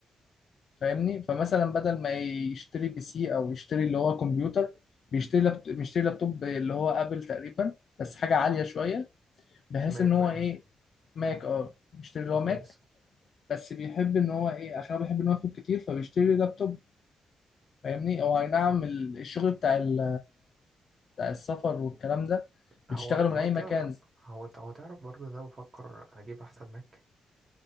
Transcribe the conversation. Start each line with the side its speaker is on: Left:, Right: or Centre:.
Left: فاهمني فمثلا بدل ما يشتري بي سي أو يشتري اللي هو كمبيوتر بيشتري لابت... بيشتري لابتوب اللي هو آبل تقريبا بس حاجة عالية شوية بحيث
Right: ماك
Left: إن هو
Right: بقى
Left: إيه ماك أه بيشتري اللي هو ماك
Right: كويس
Left: بس بيحب إن هو إيه عشان هو بيحب إن هو يخرج كتير فبيشتري لابتوب فاهمني أو أي نعم ال- الشغل بتاع ال... بتاع السفر والكلام ده
Right: هو
Left: بتشتغله من
Right: هو
Left: أي
Right: انت
Left: مكان
Right: هو هو تعرف برضه إن أنا بفكر أجيب أحسن ماك